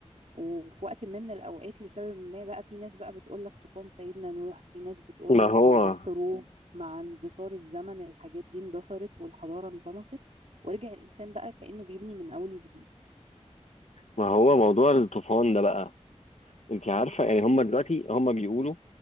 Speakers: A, on the right; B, on the left.
A: وفي وقت ما من الاوقات لسبب ما بقى في ناس بقى بتقول لك طوفان سيدنا نوح في ناس بتقول
B: ما
A: لك
B: هو
A: مع الحروب مع اندثار الزمن الحاجات دي اندثرت والحضاره انطمست ورجع الانسان بقى كانه بيبني من اول وجديد
B: ما هو موضوع الطوفان ده بقى انت
A: امم
B: عارفه يعني هم دلوقتي هم بيقولوا